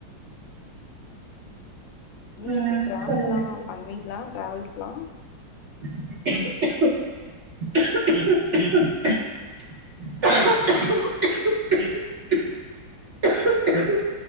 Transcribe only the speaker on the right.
ம்
சொல்லுங்க
ம்க்கும் ம்க்கும். குக்கும் குக்கும் ம்க்கும்.